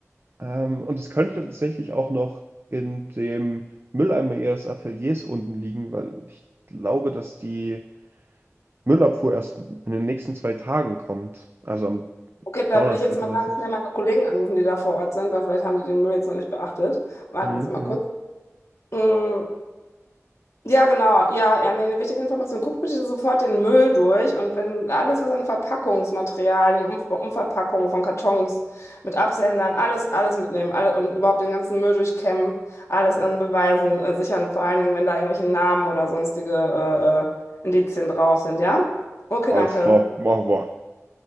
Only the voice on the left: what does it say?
Okay, da
würde ich jetzt mal
ganz schnell meine Kollegen anrufen, die da vor Ort sind, weil vielleicht haben die den Müll jetzt noch nicht beachtet. Warten
Sie mal kurz. Mm. Ja, genau. Ja, ja, nee, eine wichtige Information. Guck bitte sofort den Müll durch und wenn alles, was an Verpackungsmaterialien, um, Umverpackungen von Kartons mit Absendern, alles, alles mitnehmen alle, und überhaupt den ganzen Müll durchkämmen, alles an Beweisen äh, sichern, vor allen Dingen, wenn da irgendwelche Namen oder sonstige äh, äh, Indizien drauf sind, ja? Okay,
danke.